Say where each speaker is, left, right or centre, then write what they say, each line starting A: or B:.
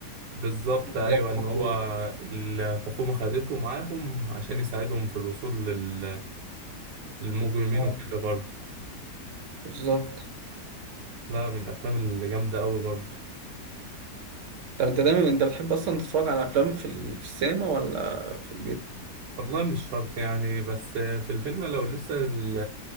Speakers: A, on the right; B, on the right.
A: بالظبط
B: نظام
A: ايوه ان
B: خطير.
A: هو الحكومه خدته معاهم عشان يساعدهم في الوصول لل- للمجرمين
B: اه
A: وكده برضه
B: بالظبط
A: لا من الافلام اللي جامده قوي برضه
B: طب انت دايما انت بتحب اصلا تتفرج على افلام في ال- في السينما ولا في البيت
A: والله مش شرط يعني بس في الفيلم لو لسه ال-